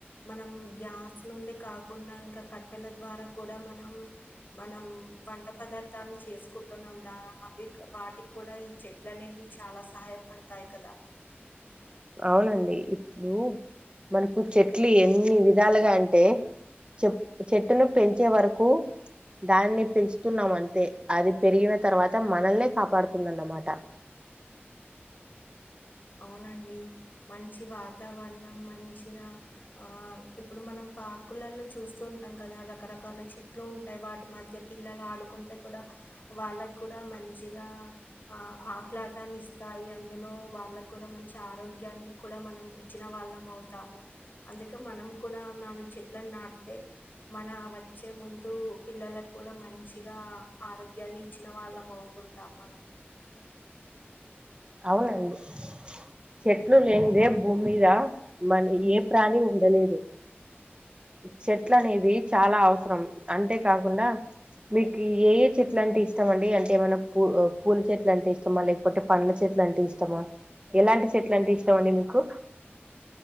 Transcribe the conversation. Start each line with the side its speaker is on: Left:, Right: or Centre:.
Left: మనం గ్యాస్ నుండి కాకుండా ఇంకా కట్టెల ద్వారా కూడా మనం, మనం వంట పదార్థాల్ చేసుకుంటున్నాం దా అవి వాటికి కూడా ఈ చెట్లు అనేవి చాలా స్. సహాయపడతాయి కదా
Right: అవునండి ఇప్పుడు మనకుద్ చెట్లు ఎన్ని విధాలుగా అంటే చెప్ చెట్టును పెంచే వరకు దాన్ని పెంచుతున్నాం అంతే, అది పెరిగిన తర్వాత మనల్నే కాపాడుతుందన్నమాట.
Left: అవునండి మంచి వాతావరణం మంచిగా ఆ ఇప్పుడు మనం పార్కులలో చూస్తూ ఉంటాం కదా రకరకాల చెట్లు ఉంటాయి వాటి మధ్య పిల్లలు ఆ డుకుంటే కూడా వాళ్ళకి కూడా మంచిగా ఆ ఆహ్లాదాన్ని ఇస్తాయి అందులో వాళ్ళకు కూడా మంచి ఆరోగ్యాన్ని కూడా మనం ఇచ్చిన వాళ్ళం అవుతాము అందుకే మనం కూడా నాలుగు చెట్లను నాటితే మన వచ్చే ముందు పిల్లలలకు కూడా మంచిగా ఆరోగ్యాన్ని ఇచ్చిన వాళ్ళం అవుతుంటాం మనం
Right: అవునండి చెట్లు లేనిదే భూమి మీద మన ఏ ప్రాణి ఉండలేదు చెట్ల అనేది చాలా అవసరం అంతేకాకుడా కుండా మీకు ఏ ఏ చెట్లు అంటే ఇష్టంమ అండి అంటే ఏమైనా పూ పూల చెట్లు అంటే ఇష్టమా లేకపోతే పంల చెట్లా అంటే ఇష్టమా ఎలాంటి చెట్ల అంటే ఇష్టం అండి మీకు